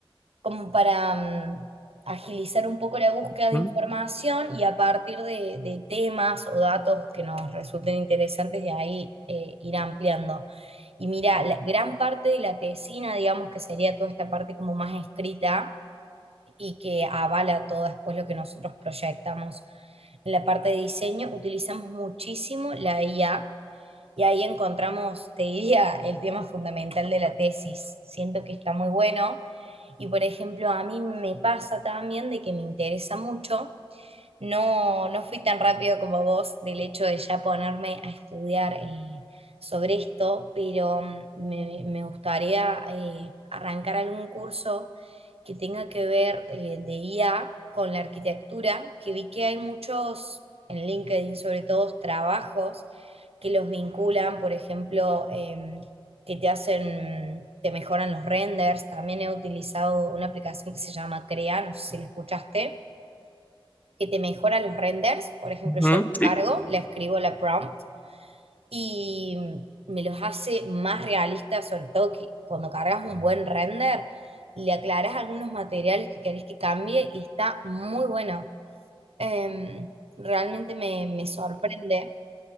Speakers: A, on the right (about 85°); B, on the left (about 15°).
A: como para mm, agilizar un poco la búsqueda de
B: Mm,
A: información y a partir de, de temas o datos que nos resulten interesantes, de ahí eh, ir ampliando. Y mira, la gran parte de la tesina, digamos que sería toda esta parte como más escrita, y que avala todo después lo que nosotros proyectamos. En la parte de diseño utilizamos muchísimo la IA y ahí encontramos, te diría, el tema fundamental de la tesis. Siento que está muy bueno y, por ejemplo, a mí me pasa también de que me interesa mucho no, no fui tan rápido como vos del hecho de ya ponerme a estudiar eh, sobre esto, pero mm, me, me gustaría eh, arrancar algún curso que tenga que ver eh, de IA con la arquitectura, que vi que hay muchos en LinkedIn, sobre todo trabajos que los vinculan, por ejemplo, em, que te hacen, te mejoran los renders. También he utilizado una aplicación que se llama Crea, no sé si la escuchaste que te mejora los renders. Por ejemplo,
B: ujú,
A: yo lo
B: sí.
A: cargo, le escribo la prompt y me los hace más realistas, sobre todo que cuando cargas un buen render, le aclaras algunos materiales que querés que cambie y está muy bueno. Em, realmente me, me sorprende.